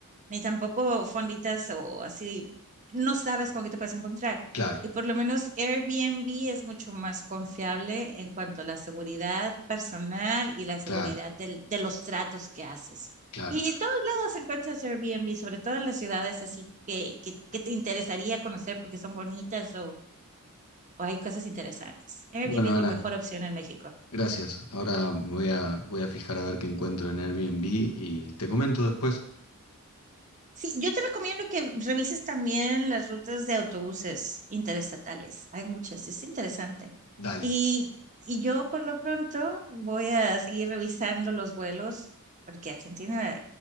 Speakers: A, on the right; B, on the left.
A: ni tampoco fonditas o así, no sabes con qué te puedes encontrar.
B: Claro,
A: Y por lo menos Airbnb es mucho más confiable en cuanto a la seguridad personal y la seguridad
B: claro,
A: del- de los tratos que haces.
B: claro.
A: Y en todos lados encuentras Airbnb, sobre todo en las ciudades así que, que, que te interesaría conocer porque son bonitas o, o hay cosas interesantes. Airbnb
B: Bueno,
A: es
B: Ana,
A: la mejor opción en México.
B: gracias. Ahora me voy a, voy a fijar a ver qué encuentro en Airbnb y te comento después.
A: Sí, yo te recomiendo que revises también las rutas de autobuses interestatales. Hay muchas, es interesante.
B: Dale.
A: Y, y yo por lo pronto voy a seguir revisando los vuelos, porque Argentina,